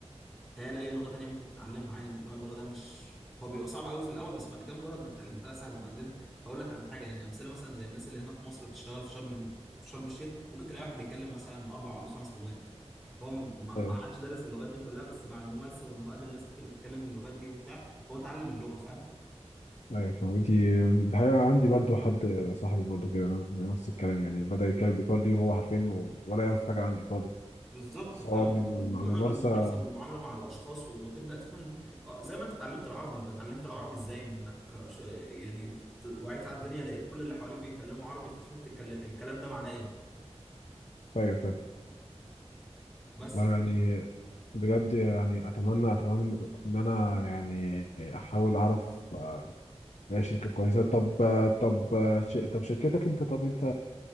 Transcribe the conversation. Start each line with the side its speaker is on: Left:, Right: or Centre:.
Centre: تهيألي أي لغة تانية ممكن تتعلمها عادي موضوع اللغة ده مش هو بيبقى صعب قوي في الأول بس بعد كده مجرد ما اتعلمتها سهلة بعدين هقول لك على حاجة يعني أمثلة مثلا زي الناس اللي هنا في مصر بتشتغل في شرم ال- في شرم الشيخ ممكن تلاقي واحد بيتكلم مثلا أربع ولا خمس لغات هو م- ما ما
Left: اه
Centre: عادش دارس اللغات دي كلها بس مع الممارسة وإن هو قابل ناس كتير بتتكلم اللغات دي وبتاع هو اتعلم اللغة فاهم
Left: ايوه أيوة، فاهم دي الحقيقة عندي برضو حد صاحبي برضو كده نفس الكلام يعني بدأ يتكلم ايطالي وهو حرفيا و- ولا يعرف حاجة عن ايطالي
Centre: بالظبط
Left: سواء
Centre: فاهم
Left: صح من
Centre: مجرد
Left: مع الممارسة
Centre: الممارسه والمعامله مع الاشخاص و- وتبدا تفهم آه، زي ما انت اتعلمت العربي انت اتعلمت العربي ازاي من انك ش- يعني ت- وعيت على الدنيا لقيت كل اللي حواليك بيتكلموا عربي ففهمت الكل- الكلام ده معناه ايه
Left: ايوه فاهم
Centre: بس
Left: لا
Centre: ف...
Left: يعني بجد يعني اتمنى اتمنى ان انا يعني احاول اعرف اي شركة كويسة طب طب ش... طب شركتك انت طب انت